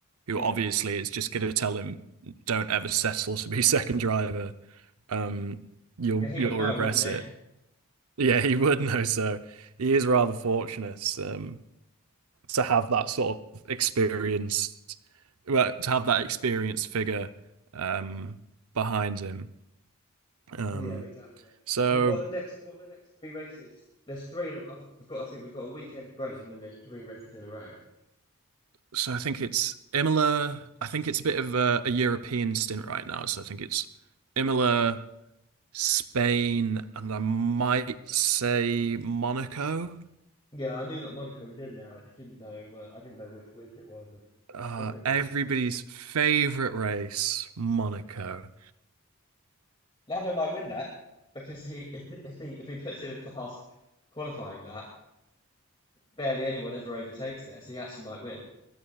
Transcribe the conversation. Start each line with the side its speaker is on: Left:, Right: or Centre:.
Right: who
Left: Yeah,
Right: obviously is just going to tell him, "Don't ever settle to be <laughs> second driver. Um, you'll
Left: yeah, he
Right: you'll
Left: would know,
Right: regret
Left: wouldn't he?
Right: it." Yeah, he would know. So he is rather fortunate um, to have that sort of experience, well, to have that experienced figure um, behind him. Um,
Left: Yeah, exactly.
Right: so.
Left: I mean, what are the next? What are the next three races? There's three in a. have I've- We've got. I think we've got a weekend break, and then there's three races in a row.
Right: So I think it's Imola. I think it's a bit of a, a European stint right now. So I think it's Imola, Spain, and I might say Monaco.
Left: Yeah, I knew that Monaco was in there. I just didn't know. Uh, I didn't know which week it was and
Right: Uh,
Left: whether it was.
Right: everybody's favorite race, Monaco.
Left: Lando might win that because he, <laughs> if he, if he puts in a fast qualifying lap, barely anyone ever overtakes there, so he actually might win.